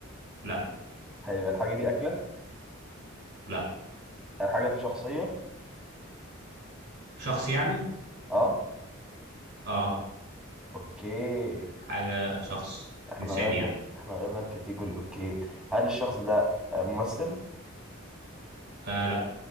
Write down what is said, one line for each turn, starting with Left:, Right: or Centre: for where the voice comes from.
Right: لا
Centre: هيبقى الحاجه دي اكله
Right: لا
Centre: الحاجه دي شخصيه
Right: شخص يعني
Centre: اه
Right: اه
Centre: اوكي
Right: حاجه شخص
Centre: احنا
Right: انسان
Centre: غيرنا
Right: يعني
Centre: احنا غيرنا الكاتيجوري اوكي هل الشخص ده ممثل
Right: آه لا